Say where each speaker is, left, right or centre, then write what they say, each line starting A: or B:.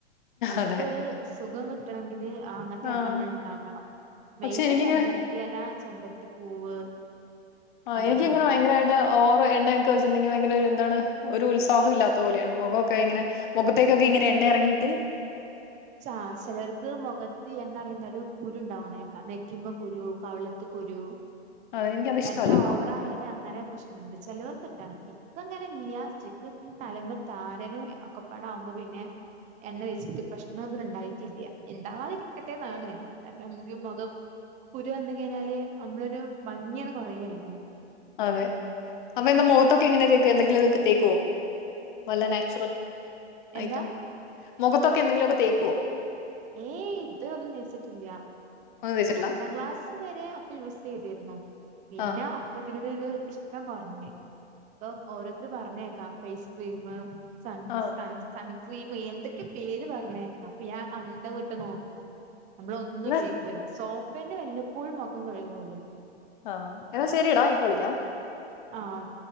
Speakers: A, on the right; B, on the left.
A: തലക്കൊരു
B: അതെ.
A: സുഖം കിട്ടണങ്കില് ആ അങ്ങൻത്തെ
B: ആഹ്.
A: എണ്ണ നമ്മള് ഇണ്ടാക്കണം മെയിന്
B: പക്ഷെ എനിക്കിങ്ങനെ
A: ചെമ്പര ത്തി എല, ചെമ്പരത്തി പൂവ്
B: കുറേക്കി
A: അതൊക്കെയാണ്
B: ഇങ്ങനെ ഭയങ്കരയിട്ട് ഓവർ എണ്ണ ക്കെ വെച്ചിട്ടു ണ്ടെങ്കിൽ ഭയങ്കര എന്താണ് ഒരു ഉത്സാഹം ഇല്ലാത്ത പോലെയാണ് മുഖോക്കെ ഇങ്ങനെ മുഖത്തേക്കൊക്കെ ഇങ്ങനെ എണ്ണ എറങ്ങീട്ട്
A: ചാ ശെലർക്ക് മുഖ ത്ത് എണ്ണ എറങ്ങിന്നാല് കുരുണ്ടാവ്ണേക്ക നെറ്റിമ്മ കുരു കവിളത്ത് കുരു
B: അതെ എനിക്കത് ഇഷ്ടവല്ല.
A: എണ്ണ ഓവറായാല് അങ്ങനെ പ്രശ് ചേലോർക്ക് ട്ടാ ഇക്കങ്ങനെ ഇല്ല ഇൻക്ക് തലമ്മെ താരനും ഒക്കപ്പാട ആവുമ്പോ പിന്നെ എണ്ണ തേച്ചിട്ട് പ്രശ്നം ഒന്നും ഉണ്ടായിട്ടില്ല ഇണ്ടാവാതിരിക്കട്ടെന്നാണ് കാരണം അമ്മക്ക് മൊഖം കുരു വന്ന് കഴിഞ്ഞാല് അമ്മളൊരു ഭംഗിയാണ് കൊറയല്ലേ.
B: അതെ അപ്പ എന്താ മുഖത്തൊക്കെ എങ്ങനെ തേക്കോ? എന്തെങ്കിലും ഇതൊക്കെ തേക്കുവോ വല്ല നാച്ചുറൽ
A: എന്താ
B: ഐറ്റം മുഖത്തൊക്കെ എന്തെങ്കിലുമൊക്കെ തേക്കോ?
A: ഏയ് ഇത് ഒന്നും തേച്ചിട്ടില്ല
B: ഒന്നും തേച്ചിട്ടില്ല
A: പത്താം ക്ലാസ്സ് വരെ ഒക്കെ യൂസ് ചെയ്തിരുന്നു പിന്നെ
B: ആ
A: ഇപ്പൊ ഇതിനോട് ഒരു ഇഷ്ടം കൊറഞ്ഞ് ഇപ്പൊ ഓരോര്ത്തര് പർഞ്ഞേക്കാം ഫേസ് ക്രീം സൺ
B: ആ
A: സൺ സൺസ്‌ക്രീമ് എന്തൊക്കെ പേര് പറഞ്ഞേക്കാ അപ്പൊ ഞാൻ അന്തം വിട്ട് നോക്കും. നമ്മളൊ ന്നും
B: എന്നാ
A: ഉപയോഗിക്കൂല സോപ്പേന്നെ വല്ലപ്പോഴും മൊഖം കഴുകുള്ളു
B: ആഹ് എന്നാ ശരീടാ ഇപ്പൊ വിളിക്കാം.
A: ആഹ്.